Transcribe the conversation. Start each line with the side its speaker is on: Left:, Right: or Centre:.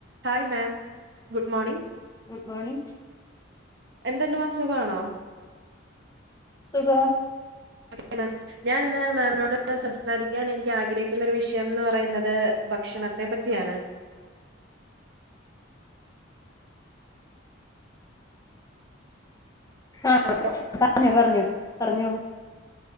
Right: Hi ma'am good morning
Left: morning
Right: എന്ധ്ണ്ട് ma'am സുഖാണോ
Left: സുഖാ
Right: <inaudible> ഞാൻ ഇന്ന് മാമിനോട് സംസാരിക്കാൻ എനിക്ക് ആഗ്രഹിക്കുന്ന ഒരു വിഷയന്ന് പറയുന്നത് ഭക്ഷണത്തെ പറ്റി <unintelligible>
Left: ആ
Right: ഹലോ
Left: പറഞ്ഞു പറഞ്ഞു പറഞ്ഞോളു